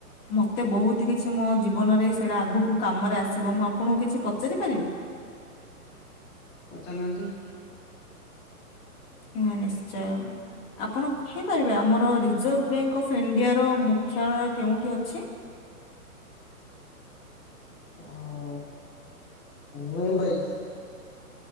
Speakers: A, on the left (about 40°); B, on the left (about 20°).
A: ମତେ ବହୁତ କିଛି ମୋ ଜୀବନରେ ସେଇଟା ଆଗକୁ କାମରେ ଆସିବ ମୁଁ ଆପଣଙ୍କୁ କିଛି ପଚାରି ପାରିବି?
B: ପଚାରୁନାହାନ୍ତି।
A: ହଁ ନିଶ୍ଚୟ। ଆପଣ କହିପାରିବେ ଆମର ରିଜର୍ଭ ବ୍ୟାଙ୍କ ଅଫ୍ ଇଣ୍ଡିଆର ମୁଖ୍ୟାଳୟ କେଉଁଠି ଅଛି?
B: ହଁ ମୁମ୍ବାଇ।